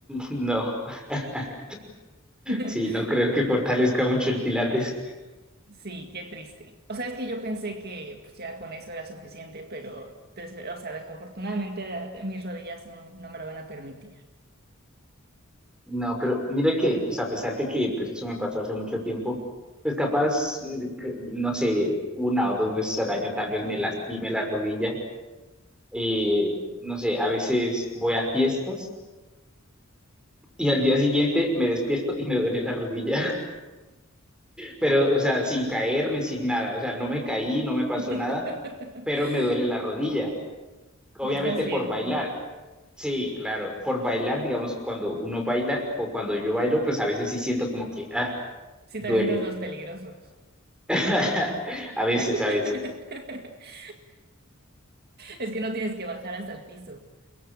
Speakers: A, in the centre; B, on the right (about 50°).
A: No. <laughs>
B: <laughs>
A: Sí, no creo que fortalezca mucho el Pilates.
B: Sí, qué triste. O sea, es que yo pensé que pues, ya con eso era suficiente, pero, des- o sea, desafortunadamente la- mis rodillas no, no me lo van a permitir.
A: No, pero mira que, pues a pesar de que pues eso me pasó hace mucho tiempo, pues capaz, eh, que- no sé, una o dos veces al año tal vez me lastime la rodilla. Eh, no sé, a veces voy a fiestas y al día siguiente me despierto y me duele la rodilla. pero, o sea, sin caerme, sin nada, o sea, no me caí, no me pasó
B: <laughs>
A: nada, pero me duele la rodilla, obviamente
B: Ya estás viejo.
A: por bailar. Sí, claro, por bailar, digamos, cuando uno baila o cuando yo bailo, pues a veces sí siento como que, ah,
B: Si
A: duele.
B: te avientas los peligrosos.
A: <laughs> A veces,
B: <laughs>
A: a veces.
B: Es que no tienes que bajar hasta el piso.